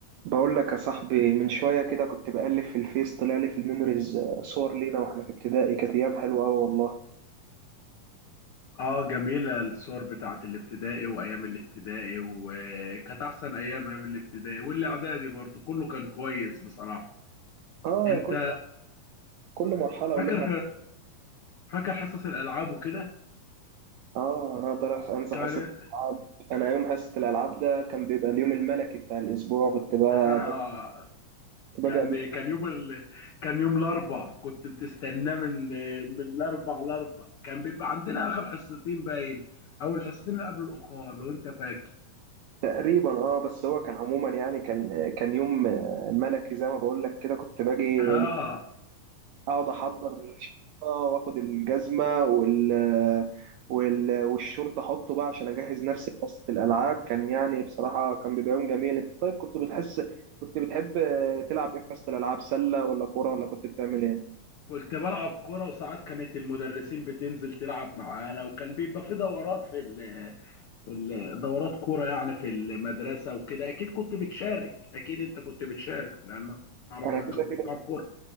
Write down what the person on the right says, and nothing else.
بقول لك يا صاحبي من شوية كده كنت بقلب في الفيس طلع لي في الميموريز صور لينا واحنا في ابتدائي كانت أيام حلوة أوي والله
اه
يا كل كل مرحلة
ولها
اه أنا أقدر أس- أنسى
حصة الألعاب أنا يوم حصة الألعاب ده كان بيبقى اليوم الملكي بتاع الأسبوع كنت بقى
كنت
باجي قبل
تقريبا اه بس هو كان عموما يعني كان كان يوم آه، ملكي زي ما بقول لك كده كنت باجي
اقعد احضر الشنطه واخد الجزمه وال... وال... والشورت احطه بقى عشان اجهز نفسي لقصه الالعاب كان يعني بصراحه كان بيبقى يوم جميل انت طيب كنت بتحس كنت بتحب تلعب ايه في حصه الالعاب سله ولا كوره ولا كنت بتعمل ايه
انا
كده
كده